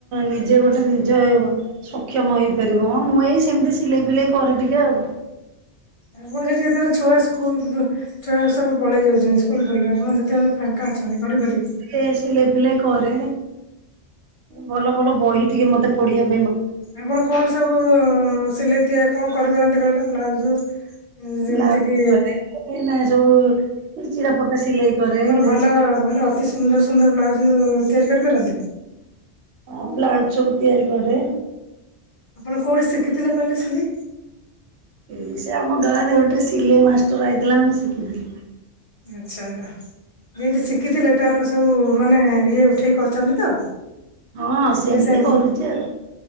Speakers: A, on the right; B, on the left.
A: ନିଜେ ଗୋଟେ ନିଜେ ସକ୍ଷମ ହେଇପାରିବ ହଁ ମୁଁ ଏଇ ସେମିତି ସିଲେଇ ଫିଲେଇ କରେ ଟିକେ ଆଉ।
B: ଆପଣ ସେଠି ଯେତେବେଳେ ଛୁଆ ସ୍କୁଲ୍ ଛୁଆ ସବୁ ପଳେଇ ଯାଉଛନ୍ତି ସ୍କୁଲ ଫୁଲ୍ ଆପଣ ସେତେବେଳେ ଫାଙ୍କା ଅଛନ୍ତି କରିପାରିବି
A: ଏଇ ସିଲେଇ ଫିଲେଇ କରେ ଭଲ ଭଲ ବହି ଟିକେ ମତେ ପଢିବାକୁ
B: ଆପଣ କଣ ସବୁ ସିଲେଇ ତିଆ କଣ କରିପାରନ୍ତି କହିଲ ବ୍ଲାଉଜ ଯେମିତି
A: ବ୍ଲାଉଜ
B: କିି
A: କରେ ଏଇନା ସବୁ ଚିରାଫଟା ସିଲେଇ କରେ
B: ଆପଣ
A: ଡ୍ରେସ୍
B: ଭଲ ଭଲ ଅତି ସୁନ୍ଦର ସୁନ୍ଦର ବ୍ଲାଉଜ-ଉ ତିଆରି କରିପାରନ୍ତି?
A: ଅଁ ବ୍ଲାଉଜ ସବୁ ତିଆରି କରେ।
B: ଆପଣ କୋଉଠି ଶିଖିଥିଲେ କହିଲେ ସିଲେଇ?
A: ଏ ସେ ଆମ ଗାଁରେ ଗୋଟେ ସିଲେଇ ମାଷ୍ଟର ଆଇଥିଲା ମୁଁ ଶିଖିଥିଲି।
B: ଆଚ୍ଛା। ଯେମିତି ଶିଖିଥିଲେ ତାର ସବୁ ମାନେ ଇଏ ଉଠେଇକି କରୁଛନ୍ତି ତ
A: ହଁ
B: ଦି
A: ସେମିତି
B: ପଇସା
A: କରୁଚି ଆଉ